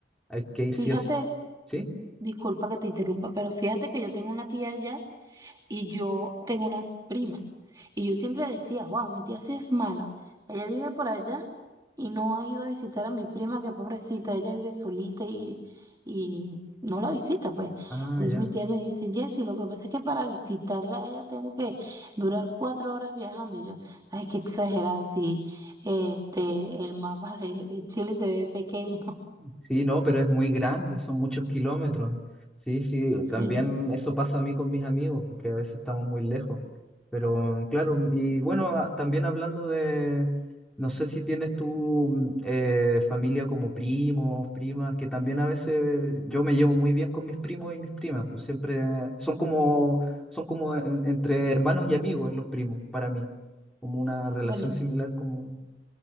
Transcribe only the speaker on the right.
fíjate,
disculpa que te interrumpa, pero fíjate que yo tengo una tía allá Y yo tengo una prima. Y yo siempre decía, wow, mi tía sí es mala. Ella vive por allá y no ha ido a visitar a mi prima, que pobrecita, ella vive solita y, y no la visita, pues.
Entonces
mi tía me dice, Jessy, lo que pasa es que para visitarla a ella tengo que durar cuatro horas viajando. Y yo, ay, qué exagerada, si este, el mapa de, de Chile se ve pequeño. <laughs>
Sí,
sí.
Bueno,